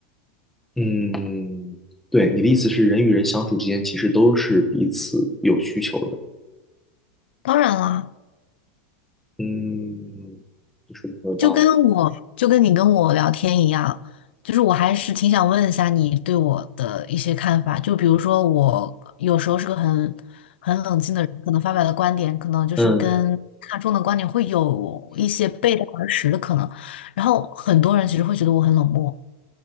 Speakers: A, in the centre; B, on the left.
A: 嗯，对，你的意思是人与人相处之间其实都是彼此有需求的。
B: 当然啦，
A: 嗯，你说的很有道理。
B: 就跟我就跟你跟我聊天一样，就是我还是挺想问一下你对我的一些看法。就比如说，我有时候是个很很冷静的人，可能发表的观点可能就是跟大众的观点会有一些背道而驰的可能。
A: 嗯，
B: 然后很多人其实会觉得我很冷漠。